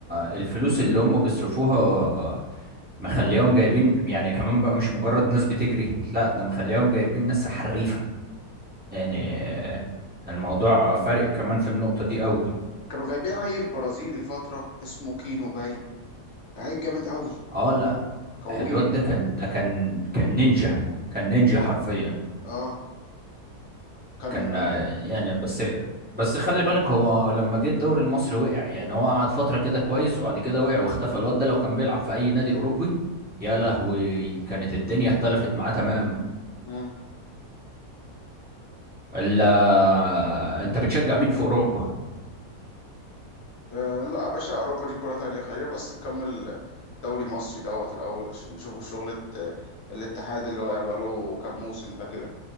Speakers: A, on the right; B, on the left.
A: الفلوس اللي هم بيصرفوها مخليهم جايبين يعني كمان بقى مش مجرد ناس بتجري لا ده مخليهم جايبين ناس حريفه يعني آه، الموضوع فارق كمان في النقطه دي قوي
B: كانوا جايبين عيل برازيلي فتره اسمه كينو باين لعيب جامد قوي
A: اه لا
B: كوير
A: الواد ده كان ده كان كان نينجا كان نينجا حرفيا
B: اه كان
A: كان آه، يعني بس بس خلي بالك هو لما جه الدوري المصري وقع يعني هو قعد فترة كده كويس وبعد كده وقع واختفى الواد ده لو كان بيلعب في أي نادي أوروبي يا لهوي كانت الدنيا اختلفت معاه تماما
B: انا
A: الا انت بتشجع مين في أوروبا
B: أه لا يا باشا أوروبا دي كرة تانية خلينا بس نكمل دوري مصري دوت الأول عشان نشوفوا شغلة آه، الاتحاد اللي واقع بقاله كام موسم ده كده